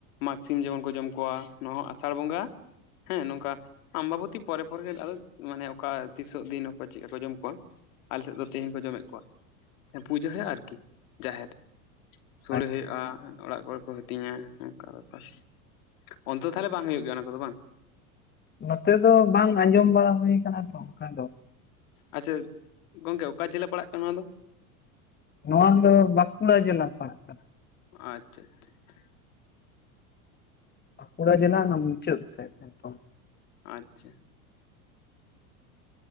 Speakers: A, on the left; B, on the left.
A: ᱢᱟᱜᱽ ᱥᱤᱢ ᱡᱮᱢᱚᱱ ᱠᱚ ᱡᱚᱢ ᱠᱚᱣᱟ ᱱᱚᱣᱟ ᱦᱚᱸ ᱟᱥᱟᱲ ᱵᱚᱸᱜᱟ ᱦᱮᱸ ᱱᱚᱝᱠᱟ ᱟᱢᱵᱟᱵᱚᱛᱤ ᱯᱚᱨᱮ ᱯᱚᱨᱮ ᱜᱮ ᱟᱫᱚ ᱢᱟᱱᱮ ᱚᱠᱟ ᱛᱤᱥᱚᱜ ᱫᱤᱱ ᱚᱠᱚᱭ ᱪᱮᱫᱞᱮᱠᱟ ᱠᱚ ᱡᱚᱢ ᱠᱚᱣᱟ ᱟᱞᱮ ᱥᱮᱫ ᱫᱚ ᱛᱮᱦᱤᱧ ᱠᱚ ᱡᱚᱢ ᱮᱫ ᱠᱚᱣᱟ ᱦᱮᱸ ᱯᱩᱡᱟᱹ ᱦᱩᱭᱩᱜᱼᱟ ᱟᱨᱠᱤ ᱡᱟᱦᱮᱨ ᱨᱮ ᱥᱳᱲᱮ
B: ᱟᱪᱪᱷᱟ
A: ᱦᱩᱭᱩᱜᱼᱟ ᱚᱲᱟᱜ ᱠᱚᱨᱮ ᱠᱚ ᱦᱟᱹᱴᱤᱧᱟ ᱚᱱᱠᱟ ᱵᱮᱯᱟᱨ ᱚᱱᱛᱮ ᱫᱚ ᱛᱟᱦᱚᱞᱮ ᱵᱟᱝ ᱦᱩᱭᱩᱜ ᱜᱮᱭᱟ ᱚᱱᱟ ᱠᱚ ᱫᱚ ᱵᱟᱝ
B: ᱱᱚᱛᱮ ᱫᱚ ᱵᱟᱝ ᱟᱸᱡᱚᱢ ᱵᱟᱲᱟ ᱦᱩᱭ ᱟᱠᱟᱱᱟ ᱛᱚ ᱚᱱᱠᱟ ᱫᱚ
A: ᱟᱪᱪᱷᱟ ᱜᱚᱝᱠᱮ ᱚᱠᱟ ᱡᱮᱞᱟ ᱯᱟᱲᱟᱜ ᱠᱟᱱᱟ ᱚᱱᱟ ᱫᱚ
B: ᱱᱚᱶᱟ ᱫᱚ ᱵᱟᱸᱠᱩᱲᱟ ᱡᱤᱞᱟ ᱯᱟᱲᱟᱜ ᱠᱟᱱᱟ
A: ᱟᱪᱪᱷᱟ ᱟᱪᱪᱷᱟ ᱟᱪᱷᱟ
B: ᱵᱟᱸᱠᱩᱲᱟ ᱡᱤᱞᱟ ᱚᱱᱟ ᱢᱩᱪᱟᱹᱫ ᱥᱮᱫ ᱮᱠᱫᱚᱢ
A: ᱟᱪᱪᱷᱟ